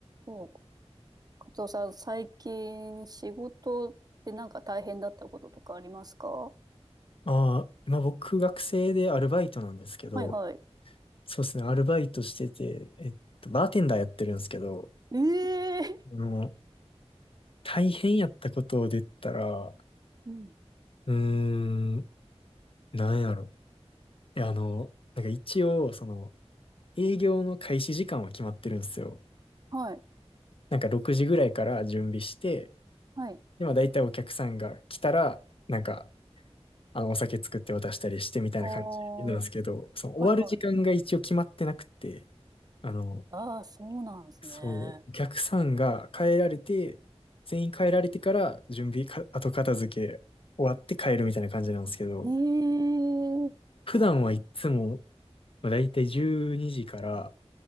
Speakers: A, on the right; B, on the left.
A: そう、カツオさん、最近仕事でなんか大変だったこととかありますかは
B: ああ、今僕学生でアルバイトなんですけど、
A: いはい。
B: そうですね、アルバイトしてて、えっと、バーテンダーやってるんですけど、
A: ええ
B: あの、大変やったことを出たら、
A: うん。
B: うーん、なんやろ。いや、あの、なんか一応、その、営業の開始時間は決まってるんですよ。
A: はい。
B: なんか6時ぐらいから準備して、
A: はい。
B: で、まあ大体お客さんが来たら、なんか、あの、お酒作って渡したりしてみたいな感じなんですけど、
A: ああ、は
B: その終わる時間が一応決まってなくて、
A: いはい。
B: あの、
A: ああ、そうなんですね。
B: そう、逆算が変えられて、全員変えられてから準備か、後片付け終わって帰るみたいな感じなんですけど、
A: ええ
B: 普段はいつも、まあ、だいたい12時から、